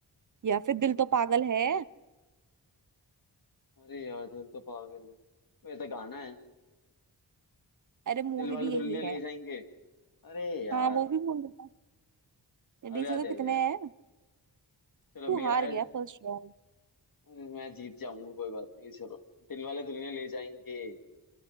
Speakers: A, on the right; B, on the left.
A: या फिर दिल तो पागल है
B: अरे यार दिल तो पागल है वो ये तो गाना है
A: अरे मूवी
B: दिल वाले
A: भी यही
B: दुल्हनिया ले
A: है
B: जाएंगे अरे यार
A: हाँ वो भी बोल रहा था
B: अब
A: डी
B: याद
A: से तो कितने
B: आई यार
A: हैं
B: चलो
A: तू
B: मेरा
A: हार
B: है
A: गया फर्स्ट राउंड
B: अरे मैं जीत जाऊंगा कोई बात नहीं चलो दिल वाले दुल्हनिया ले जाएंगे